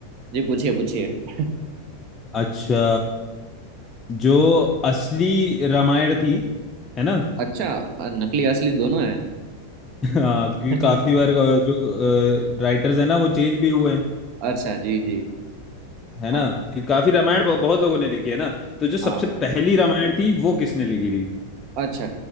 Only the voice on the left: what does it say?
अच्छा जो असली रामायण थी है ना
<laughs> हाँ क्योंकि
काफी बार अ, जो राइटर्स है ना वो चेंज भी हुए हैं
है
ना कि काफी रामायण ब- बहुत लोगों ने लिखी है ना तो जो सबसे
पहली रामायण थी वो किसने लिखी थी